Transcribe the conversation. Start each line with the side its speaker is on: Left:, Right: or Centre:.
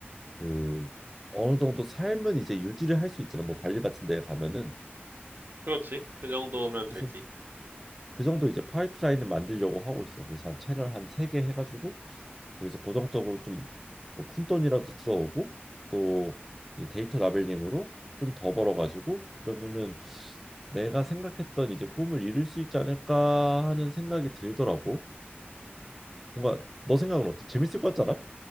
Centre: 그 어느 정도 삶은 이제 유지를 할 수 있잖아. 뭐 발리 같은 데 가면은
Right: 그렇지. 그 정도면
Centre: 그래서
Right: 되지.
Centre: 그 정도 이제 파이프라인을 만들려고 하고 있어. 그래서 한 채널 한 세 개 해가지고 거기서 고정적으로 좀뭐 푼돈이라도 들어오고 또 이 데이터 라벨링으로 좀 더 벌어가지고 그러면은 내가 생각했던 이제 꿈을 이룰 수 있지 않을까 하는 생각이 들더라고. 뭔가 너 생각은 어때? 재밌을 것 같잖아.